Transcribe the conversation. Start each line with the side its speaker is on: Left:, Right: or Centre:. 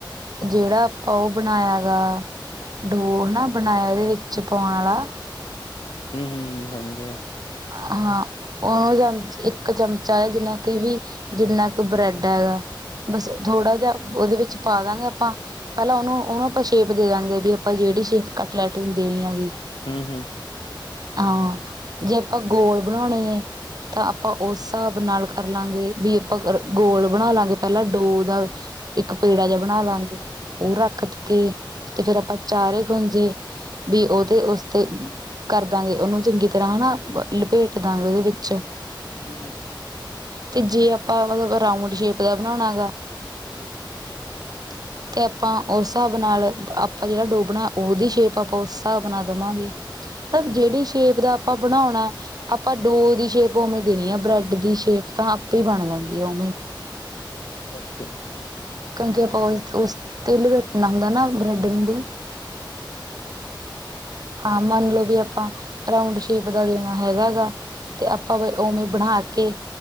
Right: ਜਿਹੜਾ ਆਪਾਂ ਉਹ ਬਣਾਇਆ ਹੈਗਾ ਡੋ ਨਾ ਬਣਾਇਆ, ਉਹਦੇ ਵਿੱਚ ਪਾਉਣ ਵਾਲਾ
Left: ਹੂ ਹੂ ਹੂ ਕੰਮ ਦੇ ਐ।
Right: ਹਾਂ ਉਹਨੂੰ ਜਾਮ, ਇੱਕ ਚਮਚਾ ਹੈ ਜਿੰਨਾ ਕਿ ਵੀ ਜਿੰਨਾ ਕੁ ਬ੍ਰੈਡ ਹੈਗਾ। ਬਸ, ਥੋੜ੍ਹਾ ਜਿਹਾ ਉਹਦੇ ਵਿੱਚ ਪਾ ਦਾਂਗੇ ਆਪਾਂ ਪਹਿਲਾਂ, ਉਹਨੂੰ-ਉਹਨੂੰ ਆਪਾਂ ਸ਼ੇਪ ਦੇ ਦਾਂਗੇ ਵੀ ਆਪਾਂ, ਜਿਹੜੀ ਸ਼ੇਪ ਕੱਟਲੈਟ ਨੂੰ ਦੇਣੀ ਹੈਗੀ।
Left: ਹਾਂ ਹਾਂ
Right: ਹਾਂ, ਜੇ ਆਪਾਂ ਗੋਲ ਬਣਾਉਣੇ ਹੈ। ਤਾਂ ਆਪਾਂ ਉਸ ਹਿਸਾਬ ਨਾਲ ਕਰ ਲਾਂਗੇ, ਵੀ ਆਪਾਂ ਗੋਲ ਬਣਾ ਲਾਂਗੇ ਪਹਿਲਾਂ ਡੋ ਦਾ ਇੱਕ ਪੇੜਾ ਜਿਹਾ ਬਣਾ ਲਾਂਗੇ। ਉਹ ਰੱਖ ਕੇ ਤੇ ਫੇਰ ਆਪਾਂ ਚਾਰੇ ਖੁੰਜੇ ਵੀ ਉਹ ਤੇ ਉਸ ਤੇ ਕਰਦਾਂਗੇ। ਉਹਨੂੰ ਚੰਗੀ ਤ ਤਰ੍ਹਾਂਹ ਨਾ ਲਪੇਟ ਦਾਂਗੇ ਉਹਦੇ ਵਿੱਚ
Left: ਹੂ ਹੂ
Right: ਤੇ ਜੇ ਆਪਾਂ ਮਤਲਬ ਰਾਊਂਡ ਸ਼ੇਪ ਦਾ ਬਣਾਉਣਾ ਹੈਗਾ।
Left: ਹੂ ਹੂ
Right: <unintelligible> <inaudible> ਤੇ ਆਪਾਂ ਉਸ ਹਿਸਾਬ ਨਾਲ, ਆਪਾਂ ਜਿਹੜਾ ਡੋ ਬਣਾਇਆ ਉਹਦੀ ਸ਼ੇਪ ਆਪਾਂ ਉਸ ਹਿਸਾਬ ਨਾਲ ਦੇਵਾਂਗੇ ਪਰ ਜਿਹੜੀ ਸ਼ੇਪ ਦਾ ਆਪਾਂ ਬਣਾਉਣਾ ਆਪਾਂ ਡੋ ਦੀ ਸ਼ੇਪ ਉਵੇਂ ਦੇਣੀ ਆ, ਬ੍ਰੈਡ ਦੀ ਸ਼ੇਪ ਤਾਂ ਆਪੇ ਬਣ ਜਾਂਦੀ ਹੈ ਉਵੇਂ
Left: ਓਕੇ
Right: ਕਿਉਂਕਿ ਆਪਾਂ ਉਸ ਉਸ ਤਿਲ ਵੈਟਣਾ ਹੁੰਦਾ ਨਾ ਬ੍ਰੈਡ ਨੂੰ ਵੀ ਹਾਂ ਮੰਨ ਲਓ ਵੀ ਆਪਾਂ ਰਾਊਂਡ ਸ਼ੇਪ ਦਾ ਦੇ ਹੈਗਾ ਹੈਗਾ, ਤੇ ਆਪਾਂ ਫੇਰ ਉਵੇਂ ਬਣਾ ਕੇ